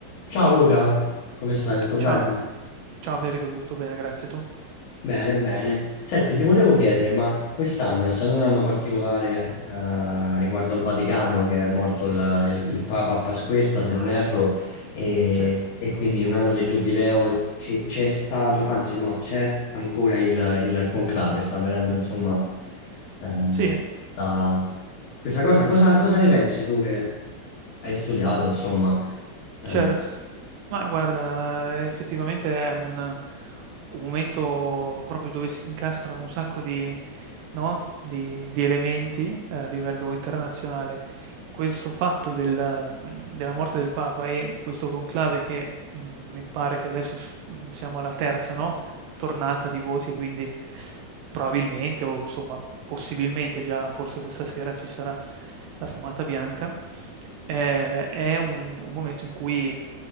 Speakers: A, on the left; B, on the right.
A: Ciao Luca, come stai? Tutto
B: Ciao,
A: bene?
B: ciao Federico, tutto bene, grazie. Tu?
A: Bene, bene. Senti, ti volevo chiedere, ma quest'anno, essendo un anno particolare eh, riguardo il Vaticano, che è morto il, il- il Papa a Pasquetta, se non erro, e,
B: Sì,
A: e quindi in un anno di giubileo ci- c'è stato, anzi no, c'è ancora il, il conclave, sta avvenendo, insomma, eh,
B: sì,
A: sta- questa cosa, cosa, cosa ne pensi tu che hai studiato, insomma? eh,
B: certo. Ma guarda, effettivamente è un, un momento proprio dove si incastrano un sacco di, no, di- di elementi eh, a livello internazionale. Questo fatto della, della morte del Papa e questo conclave che mh, mi pare che adesso s- mh, siamo alla terza, no? tornata di voti e quindi probabilmente o insomma possibilmente già forse questa sera ci sarà la fumata bianca, eh, è un, un momento in cui